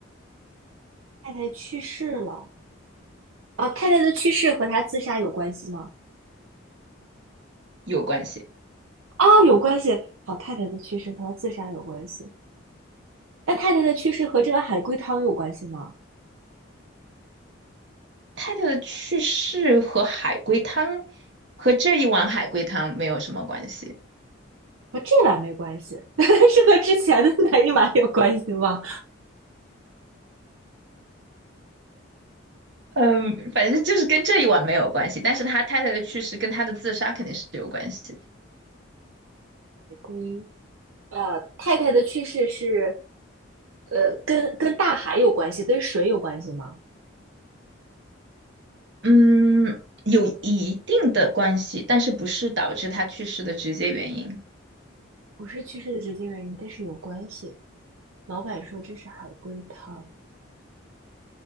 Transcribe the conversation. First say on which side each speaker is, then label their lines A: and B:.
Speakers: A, on the right; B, on the right.
A: 太太去世了，呃，太太的去世和他自杀有关系吗？
B: 有关系。
A: 啊、有关系。好，太太的去世和他自杀有关系。那太太的去世和这碗海龟汤有关系吗？
B: 太太的去世和海龟汤和这一碗海龟汤没有什么关系。
A: 和这碗没关系，<laughs> 是和之前的那一碗有关系吗？
B: 嗯，反正就是跟这一碗没有关系，但是他太太的去世跟他的自杀肯定是有关系的
A: 海龟，呃，太太的去世是，呃，跟跟大海有关系，跟水有关系吗？
B: 嗯，有一定的关系，但是不是导致他去世的直接原因。
A: 不是去世的直接原因，但是有关系。老板说这是海龟汤，